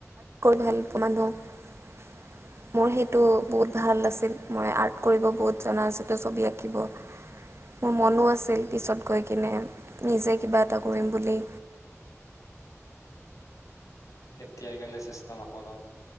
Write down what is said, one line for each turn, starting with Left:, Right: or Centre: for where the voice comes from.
Right: ভাল অকমান মোৰ সেইটো বহুত ভাল আছিল মই আৰ্ট কৰিব বহুত জনা আছিলো ছবি আঁকিব মোৰ মনো আ আছিল পিছত গৈ কিনে। নিজে কিবা এটা কৰিম বুলি।
Left: এতিয়া কেলে চেষ্টা নকৰা।